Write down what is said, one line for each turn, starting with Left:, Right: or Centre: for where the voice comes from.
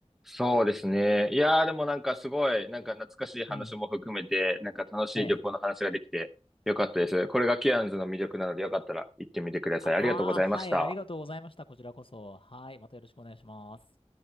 Centre: そうですね。いやー、でもなんかすごい、なんか懐かしい話も含めて、
Left: うん。
Centre: なんか楽しい旅行の話ができてよかったです。
Left: ええ。
Centre: これがケアンズの魅力なのでよかったら行ってみてください。
Left: ああー、
Centre: ありがとうございました。
Left: はい、ありがとうございました。こちらこそ。はい、またよろしくお願いします。